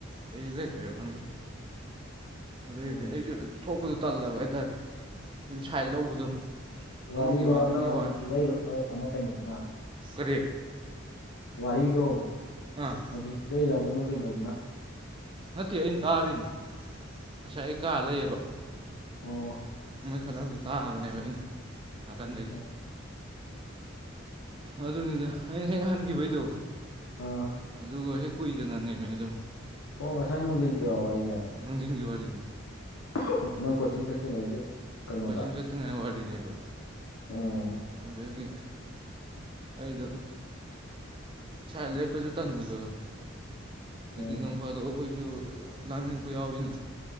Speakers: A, on the right (about 25°); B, on the left (about 80°).
A: ꯂꯩꯔ ꯂꯩꯇ꯭ꯔꯤꯔ ꯈꯪꯗꯦ ꯑꯗꯨꯗꯩꯗꯤ
B: ꯎꯝ
A: ꯑꯩꯖꯨ ꯊꯣꯛꯄꯗꯣ ꯇꯜꯂꯕ ꯍꯥꯏꯇꯥꯔꯦ <unintelligible> ꯁꯥꯏꯠ ꯂꯧꯕꯗꯣ
B: ꯋꯥꯔꯤꯗꯣ
A: ꯑꯃꯒꯤ ꯋꯥ ꯑꯃꯒꯤ
B: ꯅꯪ ꯍꯧꯖꯤꯛ
A: ꯋꯥ
B: ꯂꯤꯔꯛꯏꯔꯣ ꯅꯣꯏ ꯑꯃ ꯀꯩꯅꯣꯗꯨꯅ
A: ꯀꯔꯤ
B: ꯋꯥꯔꯤꯗꯣ
A: ꯑ
B: ꯍꯧꯖꯤꯛ ꯄꯤꯔꯛꯏꯔꯕ ꯅꯣꯏ ꯀꯩꯅꯣꯗꯨꯅ
A: ꯅꯠꯇꯦ ꯑꯩꯟ ꯇꯥꯔꯤꯅꯦ ꯉꯁꯥꯏ ꯑꯩ ꯀꯥ ꯂꯩꯌꯦꯕ
B: ꯑꯣ
A: ꯃꯣꯏ ꯈꯠꯅꯕꯗꫭ ꯇꯥꯕꯅꯦꯕ ꯑꯩꯅ ꯅꯥꯀꯟꯗꯒꯤ
B: ꯑꯣ
A: ꯑꯗꯨꯅꯤꯗ ꯑꯩꯅ ꯍꯦꯛ ꯍꯟꯒꯤꯕꯩꯗꯣ
B: ꯑ
A: ꯑꯗꯨꯒ ꯍꯦꯛ ꯀꯨꯏꯗꯅꯅꯦꯃꯤ ꯑꯗꯨꯝ
B: ꯑꯣ ꯉꯁꯥꯏ ꯅꯨꯡꯗꯤꯟꯒꯤꯔꯣ ꯋꯥꯔꯤꯖꯦ
A: ꯅꯨꯡꯗꯤꯟꯒꯤ ꯋꯥꯔꯤꯅꯦ
B: <unintelligible> ꯅꯪ ꯀꯣꯆꯤꯡ ꯆꯠꯇ꯭ꯔꯤꯉꯩꯒꯤ ꯀꯩꯅꯣꯗ
A: ꯀꯣꯆꯤꯡ ꯆꯠꯇ꯭ꯔꯤꯉꯩ ꯋꯥꯔꯤꯅꯦꯕ
B: ꯎꯝ
A: ꯑꯗꯒꯤ ꯑꯩꯗꯣ ꯁꯥꯏꯠ ꯂꯦꯞꯄꯖꯨ ꯇꯟꯕꯗꯣ <unintelligible> ꯑꯗꯨꯝ
B: ꯎꯝ
A: ꯅꫭꯡꯐꯥꯗꯣꯛ ꯑꯩꯈꫭꯏꯖꯨ ꯂꯥꯡꯅꯤꯡꯉꯛꯄ ꯌꯥꯎꯋꯤꯅ